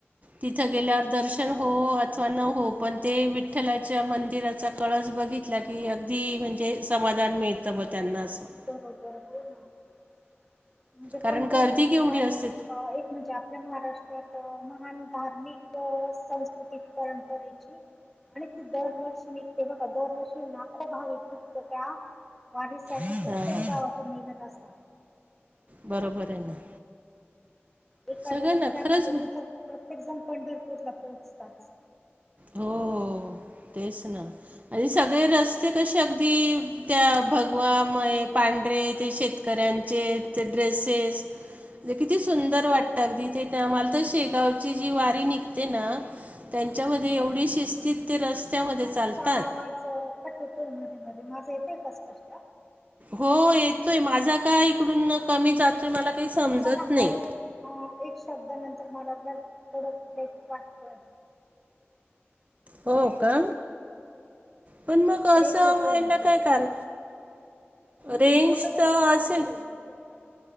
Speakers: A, on the right; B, in the centre.
A: तिथं गेल्यावर दर्शन हो अथवा न हो पण ते विठ्ठलाच्या मंदिराचा कळस बघित की अगदी म्हणजे समाधान मिळतं ब त्यांना असं.
B: <unintelligible> म्हणजे
A: कारण
B: पंढरीची
A: गर्दी केवढी
B: वारी
A: असते
B: एक म्हणजे आपल्या महाराष्ट्र. त्यात महान धार्मिक सांस्कृतिक परंपरेची. आणि ती दरवर्षी निघते बघ दरवर्षी नाखो भाविक दुखत त्या. वारीसाठी
A: हां
B: प्रत्येक गावातून निघत असतात.
A: बरोबर आहे ना?
B: एकादशी
A: सगळं ना
B: लॅब
A: खरंच
B: म्हणजे तिथं प्रत्येक जण पंढरपूरला पोहोचतात.
A: हो तेच ना आणि सगळे रस्ते कसे अगदी त्या भगवा मये पांढरे ते शेतकऱ्यांचे ते ड्रेसेस ते किती सुून दर
B: हो
A: वाटत
B: ना
A: अगदी ते आमला तर शेगावची जी वारी निघते ना त्यांच्यामध्ये एवढीशी स्थित ते रस्त्यामध्ये
B: तुमचा
A: चालतात
B: आवाज कट होतोय मध्ये मध्ये माझं येतय का स्पष्ट
A: हो येतोय माझा का इकडून कमी जातोय मला काही समजत
B: तुमचा ना
A: नाही
B: हळू एक शब्दानंतर मला थोडं बेक वाटतोय.
A: हो का? पण मग
B: ब्रेक
A: असं
B: होतोय
A: व्हायला
B: मध्ये
A: काय कारण.
B: हम्म
A: रेंज
B: बोलत
A: तर
B: राहा काही
A: असेल.
B: नाही तिकडे बोलत राहा.